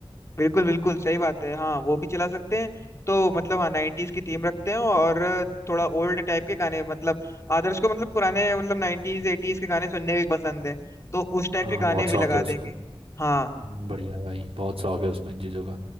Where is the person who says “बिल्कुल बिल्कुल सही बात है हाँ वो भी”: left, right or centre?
Left